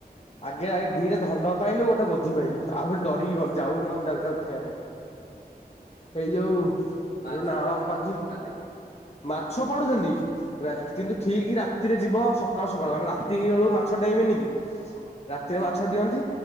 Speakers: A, on the left; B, on the left.
A: ଆଗେ ଆଗେ
B: ହଁ
A: ଧିରେ ଧଣ୍ଡ ପାଇଲୁ ଗୋ ଗୋଧି ପାଇଲୁ ଆଉ ଡରିକି ଗଲୁ ଯାଉନୁ ଆଉ ଜାଲଟାକୁ ଉଠେଇବା ପାଇଁ। ଏଇ ଯୋଉ
B: ମାଛ
A: ଏ ନାଳ
B: ପଡୁଛନ୍ତି
A: ଆମ
B: ନା ମାଛ
A: ପାଖ
B: ପଡୁନାହାନ୍ତି
A: ମାଛ ପଡୁଚନ୍ତି ରାତ କିନ୍ତୁ
B: ହୁଁ
A: ଠିକି ରାତି ରାତିରେ ଯିବ ସକାଳୁ ସକାଳୁ ମାନେ ରାତି ବେଳକୁ ମାଛ ଡାେଇଁବେନି କି ରାତିରେ
B: ହଁ
A: ମାଛ ଡିଅନ୍ତି।